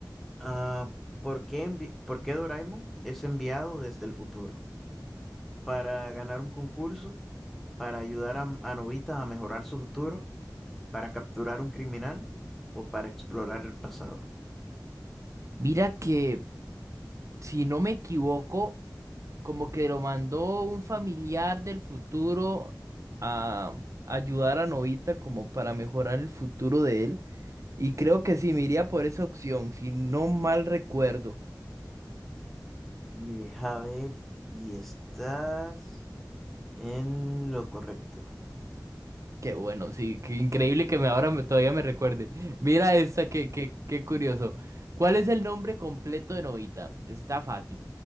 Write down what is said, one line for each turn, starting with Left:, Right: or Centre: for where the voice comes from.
Centre: Ah, ¿por qué, envi- por qué Doraemon es enviado desde el futuro? ¿Para ganar un concurso? ¿Para ayudar a, a Nobita a mejorar su futuro? ¿Para capturar un criminal? ¿O para explorar el pasado?
Right: Mira que, si no me equivoco. como que lo mandó un familiar del futuro a ayudar a Novita como para mejorar el futuro de él. Y creo que sí, me iría por esa opción, si no mal recuerdo.
Centre: Y deja ver, y estás en lo correcto.
Right: Qué bueno, sí, qué increíble que me ahora me- todavía me recuerde. <laughs> Mira esta, qué, qué, qué curioso. ¿Cuál es el nombre completo de Novita? Está fácil.